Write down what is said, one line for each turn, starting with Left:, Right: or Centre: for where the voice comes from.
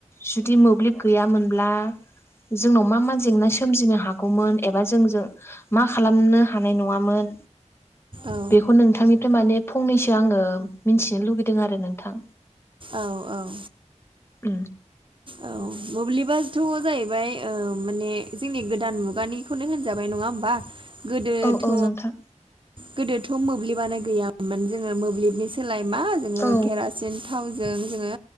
Left: जुदि मोब्लिब गैयामोनब्ला जोंनाव मा मा जेंना सोमजिनो हागौमोन एबा जोंजों मा खालामनो हानाय नङामोन
Right: औ
Left: बेखौ नोंथांनि ओमफ्राय माने फंनैसो आङो मिथिनो लुगैदों आरो नोंथां
Right: औ औ
Left: उ
Right: औ मोब्लिबाथ' जाहैबाय माने जोंनि गोदान मुगानि खौनो होनजाबाय नङा होमबा गोदोथ'
Left: औ औ नोंथां
Right: गोदोथ' मोब्लिबानो गैयामोन जोङो मोब्लिबनि सोलाय मा जोङो
Left: औ
Right: केरासि सेन थावजों जोङो